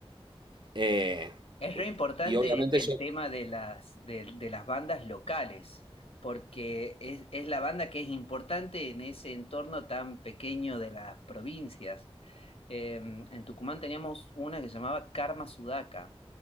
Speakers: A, on the right; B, on the left.
A: Eh,
B: Es re importante
A: y obviamente
B: el
A: yo,
B: tema de las, de, de las bandas locales, porque es, es la banda que es importante en ese entorno tan pequeño de las provincias. eh, en Tucumán teníamos una que se llamaba Karma Sudaca